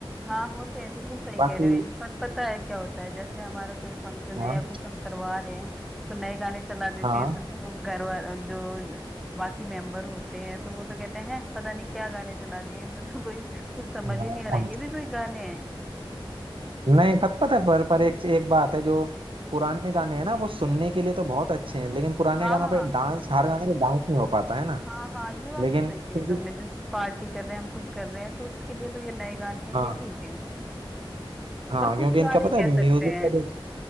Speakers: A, in the centre; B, on the right.
A: हाँ होते हैं बिल्कुल सही
B: बाकी
A: कह रहे हो ये भी, पर पता है क्या होता है जैसे हमारा कोई फंक्शन
B: हाँ
A: है या कुछ हम करवा रहे हैं तो नए गाने चला देते
B: हाँ
A: हैं तो जो घर वाला जो बाकी मेंबर होते हैं तो वो तो कहते हैं "हैं, पता नहीं क्या गाने चला दिए इनमें तो कोई कुछ समझ
B: हाँ
A: ही नहीं आ रहा
B: हाँ।
A: है, ये भी कोई गाने हैं
B: नहीं पत, पता है पर पर एक एक बात है जो पुराने गाने हैं ना वो सुनने के लिए तो बहुत अच्छे हैं लेकिन पुराने
A: हाँ
B: गानों
A: हाँ
B: पे डांस हर गाने पे डांस नहीं हो पाता है ना
A: हाँ हाँ ये बात
B: लेकिन
A: तो सही
B: क्योंकि-
A: कही तुमने जैसे पार्टी कर रहे हैं हम कुछ कर रहे हैं तो इसके लिए तो ये नए गाने हैं
B: हाँ
A: ये ठीक है
B: हाँ
A: पर
B: क्योंकि
A: कुछ
B: इनका
A: गाने
B: पता
A: कह
B: है म्यूजिक
A: सकते हैं
B: का जो